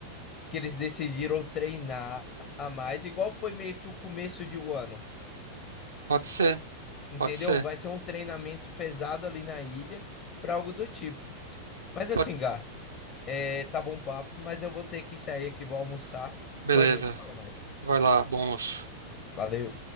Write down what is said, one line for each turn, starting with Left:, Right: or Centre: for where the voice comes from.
Left: que eles decidiram treinar a mais, igual foi meio que o começo de um ano,
Right: pode ser,
Left: entendeu?
Right: pode ser.
Left: Vai ser um treinamento pesado ali na ilha, para algo do tipo. Mas assim,
Right: Pode-
Left: Gá. É, tá bom papo, mas eu vou ter que sair aqui, vou almoçar.
Right: Beleza,
Left: Depois a gente fala mais.
Right: vai lá, bom moço.
Left: Valeu.